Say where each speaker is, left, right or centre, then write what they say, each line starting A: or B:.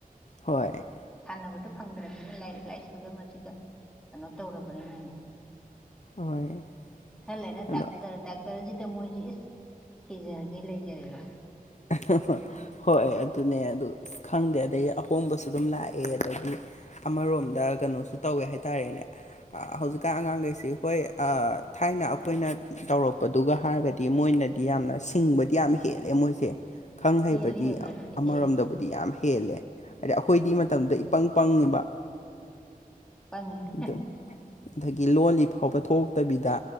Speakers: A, on the left; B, in the centre.
A: ꯍꯣꯏ
B: ꯁꯥꯟꯅꯕꯗꯨꯣ ꯐꯪꯗ꯭ꯔꯅꯤꯅ ꯂꯥꯏꯔꯤꯛ ꯂꯥꯏꯁꯨꯗ ꯃꯁꯤꯗ ꯀꯩꯅꯣ ꯇꯧꯔꯕꯅꯤꯅꯅꯦ
A: ꯍꯣꯏ
B: ꯈꯔꯥ ꯂꯩꯔ
A: ꯑꯗꯣ
B: ꯗꯥꯛꯇ꯭ꯔ ꯗꯥꯛꯇ꯭ꯔ ꯗꯣꯛꯇꯔꯁꯤꯗ ꯃꯣꯏꯁꯤꯦ ꯏꯁ ꯁꯤꯖꯔꯒꯦ ꯂꯩꯖꯔꯦꯕ
A: <unintelligible> <inaudible> ꯍꯣꯏ ꯑꯗꯨꯅꯦ ꯑꯗꯨ ꯈꯪꯗꯦ ꯑꯗꯒꯤ ꯑꯍꯣꯡꯕꯁꯨ ꯑꯗꯨꯝ ꯂꯥꯛꯑꯦ ꯑꯗꯒꯤ ꯑꯃꯔꯣꯝꯗ ꯀꯩꯅꯣꯁꯨ ꯇꯧꯋꯦ ꯍꯥꯏꯇꯥꯔꯦꯅꯦ
B: ꯎꯝ
A: ꯍꯧꯖꯤꯛꯀꯥꯟ ꯑꯉꯥꯡꯈꯩꯁꯤ ꯍꯣꯏ ꯊꯥꯏꯅ ꯑꯩꯈꯣꯏꯅ ꯇꯧꯔꯛꯄꯗꯨꯒ ꯍꯥꯏꯔꯨꯔꯒꯗꯤ ꯃꯣꯏꯅꯗꯤ ꯌꯥꯝꯅ ꯁꯤꯡꯕꯗꯤ ꯌꯥꯝ ꯍꯦꯜꯂꯦ ꯃꯣꯏꯁꯦ ꯈꯪ ꯍꯩꯕꯗꯤ
B: ꯍꯦꯜꯂꯦ ꯍꯦꯜꯂꯦ ꯑꯗꯨꯗꯤ
A: ꯑꯃꯔꯣꯝꯗꯕꯨ
B: ꯍꯦꯜꯂꯦ
A: ꯌꯥꯝ ꯍꯦꯜꯂꯦ ꯍꯥꯏꯗꯤ ꯑꯩꯈꯣꯏꯗꯤ
B: ꯎꯝ
A: ꯃꯇꯝꯗ ꯏꯄꯪ ꯄꯪꯉꯤꯕ
B: ꯄꯪꯉꯦ
A: ꯑ ꯑꯗꯒꯤ ꯂꯣꯜꯂꯤ ꯐꯥꯎꯕ ꯊꯣꯛꯇꯕꯤꯗ